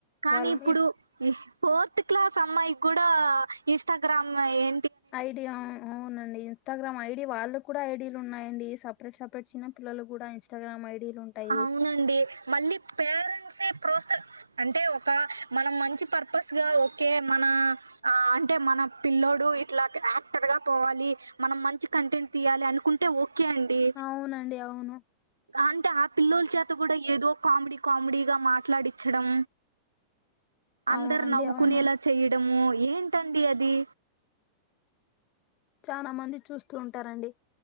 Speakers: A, on the right; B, on the left.
A: కానీ
B: వాళ్ళు
A: ఇప్పుడు
B: ఇప్
A: ఫోర్త్ క్లాస్ అమ్మాయి కూడా ఇన్స్టాగ్రామ్ ఏ
B: ఐడియా అవునండి అసలు ఇస్టాగ్రామ్ ఐడీ వాళ్ళ కూడా ఐడీలు ఉన్నాయండి సపరేట్ సపరేట్ చిన్న పిల్లలు కూడా ఇస్టాగ్రామ్ ఐడీలు ఉంటాయి
A: అవునండి మళ్ళీ పేరెంట్స ప్రోత్స అంటే ఒక మనం మంచి పర్పస్ గా ఒకే మన ఆ అంటే మన పిల్ల్లోడు ఇట్లా యాక్టర్ గా పోవాలి మనం మంచి కంటెంట్ తీయాలి అనుకుంటే ఓకే అండి
B: అవునండి అవును
A: అంటే ఆ పిల్ల్లోల చేత కూడా ఏదో కామెడీ కామెడీగా మాట్లాడించడం అందరు
B: అవునండి
A: నవ్వుకునేలా
B: అవును
A: చేయడము ఏంటండి అది
B: చానా మంది చూస్తూ ఉంటారండి